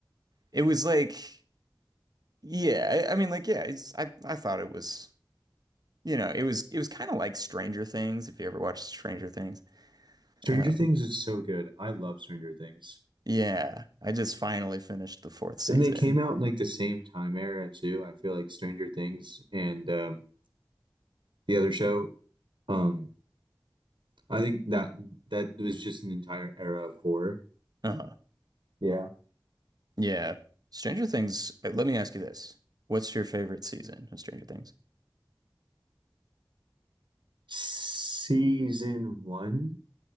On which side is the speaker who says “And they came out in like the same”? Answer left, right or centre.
Right